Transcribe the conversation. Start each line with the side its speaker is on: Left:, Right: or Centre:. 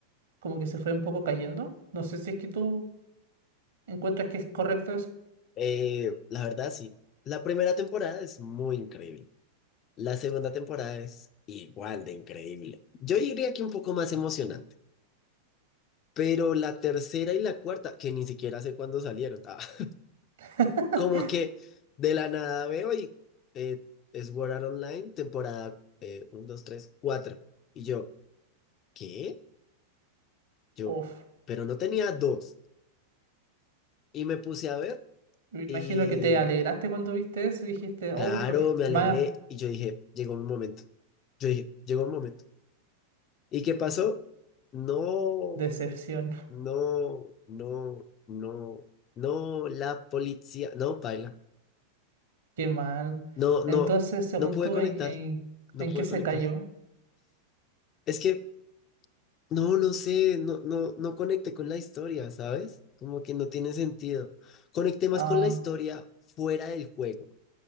Right: como que se fue un poco cayendo. No sé si es que tú encuentras que es correcto eso.
Left: Eh, la verdad, sí. La primera temporada es muy increíble. La segunda temporada es igual de increíble. Yo diría que un poco más emocionante, pero la tercera y la cuarta, que ni siquiera sé cuándo salieron, ah, <laughs>
Right: <laughs>
Left: como que de la nada veo y eh, es Sword Art Online, temporada uno 2 3 cuatro Y yo, ¿qué? Yo,
Right: Uf,
Left: pero no tenía dos. Y me puse a ver
Right: me
Left: y
Right: imagino que te alegraste cuando viste eso y dijiste,
Left: claro,
Right: oh, por f-
Left: me alegré
Right: más
Left: y yo dije, llegó mi momento. Yo dije, llegó el momento. ¿Y qué pasó?
Right: y qué-
Left: No.
Right: decepción,
Left: No, no, no, no, la policía, no, paila,
Right: <laughs> qué mal.
Left: no, no,
Right: Entonces, según
Left: no pude
Right: tú,
Left: conectar,
Right: ¿en, en,
Left: no
Right: en
Left: pude
Right: qué se
Left: conectar.
Right: cayó?
Left: Es que, no, no sé, no, no, no conecté con la historia, ¿sabes? Como que no tiene sentido. Conecté más
Right: Ah,
Left: con la historia fuera del juego.